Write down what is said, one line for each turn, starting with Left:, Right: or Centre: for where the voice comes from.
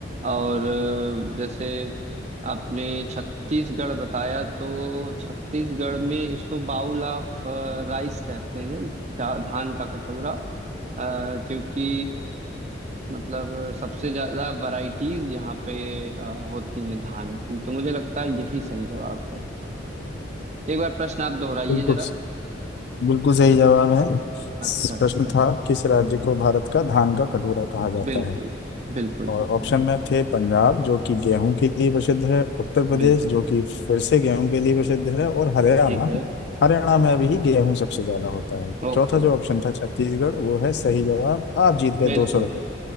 Right: और अ, जैसे आपने छत्तीसगढ़ बताया तो छत्तीसगढ़ में इसको बाउल ऑफ राइस कहते हैं धा- धान का कटोरा अ, क्योंकि मतलब सबसे ज्यादा वैरायटीज यहाँ पे अ, होती हैं धान की तो मुझे लगता है यही सही जवाब है एक बार प्रश्न आप दोहराइए
Left: बिल्कुल
Right: जरा
Left: बिल्कुल सही जवाब है
Right: अच्छा अच्छा
Left: प्रश्न था किस राज्य को भारत का धान का कटोरा कहा जाता
Right: बिल्कुल
Left: है
Right: बिल्कुल
Left: और
Right: बिल्कुल
Left: ऑप्शन में थे पंजाब जो कि गेहूं के लिए प्रसिद्ध है उत्तर प्रदेश
Right: बिल्कुल
Left: जो कि फिर से गेहूं के लिए प्रसिद्ध है और हरियाणा
Right: ठीक है
Left: हरियाणा में अभी गेहूं सबसे ज्यादा होता है तो
Right: ओके
Left: चौथा जो ऑप्शन था छत्तीसगढ़ वो है सही जवाब आप जीत गए
Right: बिल्कुल
Left: दो सौ रुपये